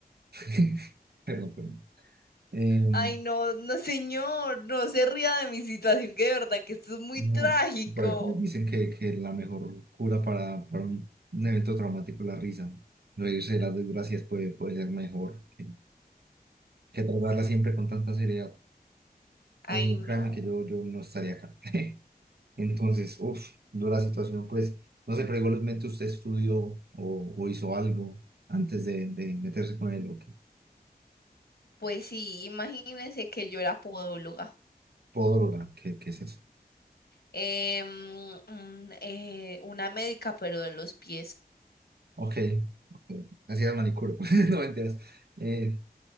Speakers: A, on the right (about 75°); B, on the left (about 75°).
A: <laughs> Perdón, perdón. Em,
B: Ay, no, no señor, no se ría de mi situación, que de verdad que esto es muy
A: no,
B: trágico.
A: por ahí dicen que, que la mejor cura para, para un, un evento traumático es la risa. Reírse de las desgracias puede, puede ser mejor que, que tratarla siempre con tanta seriedad. O
B: Ay,
A: si no,
B: no.
A: créeme que yo, yo no estaría acá. <laughs> Entonces, uff, dura situación, pues, no sé, pero igualmente usted estudió o, o hizo algo antes de, de meterse con el ok,
B: Pues sí, imagínense que yo era podóloga.
A: podóloga, ¿qué, qué es eso?
B: Em, mm, eh, una médica, pero de los pies.
A: Ok, ok, así era el manicure, pues, <laughs> no mentiras. Eh,